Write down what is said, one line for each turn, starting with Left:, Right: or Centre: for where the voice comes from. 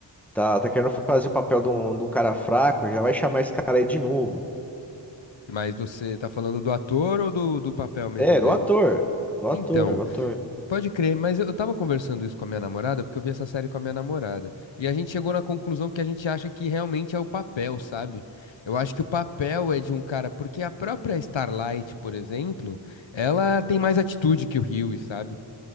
Centre: tá, tá querendo fazer o papel de um, de um cara fraco, já vai chamar esse cara aí de novo.
Left: Mas você tá falando do ator ou do, do papel mesmo
Centre: É,
Left: dele?
Centre: do ator. Do ator,
Left: Então.
Centre: do ator.
Left: Pode crer, mas eu eu tava conversando isso com a minha namorada, porque eu vi essa série com a minha namorada. E a gente chegou na conclusão que a gente acha que realmente é o papel, sabe? Eu acho que o papel é de um cara, porque a própria Starlight, por exemplo, ela tem mais atitude que o Hughie, sabe?